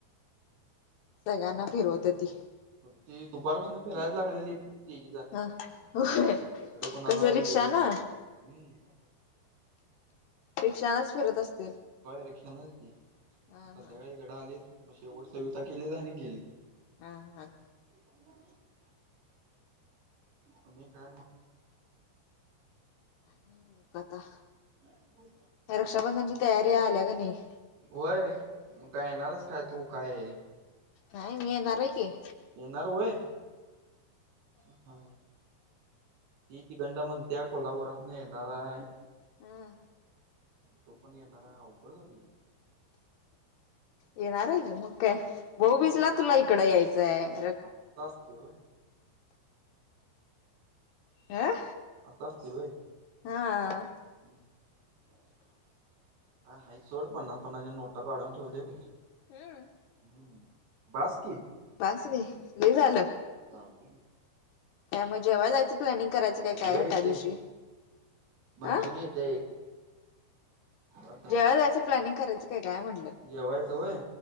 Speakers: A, on the left; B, on the right.
A: सगळ्यांना फिरवत ती
B: ती दुपारपासून फिरायला लागलेली. त झा
A: ह होय
B: इकडं कोणाला
A: कसं रिक्षा
B: गेलीच
A: ना
B: बघा. हम्म....
A: रिक्षांच फिरत असतील.
B: रिक्षा नची,
A: हा
B: संध्याकाळी
A: हा
B: घड आलीत. मग शेवट सविता केलीत आणि गेलीत.
A: हम... हम....
B: ह <unintelligible> कुणी काय मग.
A: हो कता <inaudible>
B: हो.
A: रक्षाबंधनची तयारी आल्या का नाही.
B: होय, मग काय येणारचं काय तू काय.
A: नाही, मी येणार आहे. कि,
B: येणार होय हा ती तिकडन म्हणते कोल्हापुरातून येणार हाय
A: हम.
B: तो पण येणारा अवघड झाली कि.
A: येणार आहे कि मग काय भाऊबीजला तुला इकडं यायचंय आहे.
B: आता असं असते व्हय.
A: आह,
B: असं असतं होय.
A: हा.
B: हम् ह हा सोड पन्नास पन्नासच्या नोटं काढून ठेवली भाई.
A: हम,
B: हम्म बास कि.
A: बास रे लई झालं.
B: चालतंय.
A: काय मग जेवायला जायचं प्लॅनिंग करायचं काय
B: ये
A: आहे त्या
B: येतंय
A: दिवशी
B: मंचुरी
A: हं?
B: येत्या एक. बास झालं
A: जेवायला जायचं प्लनिंग करायचं का काय म्हटलं.
B: जेवायचं होय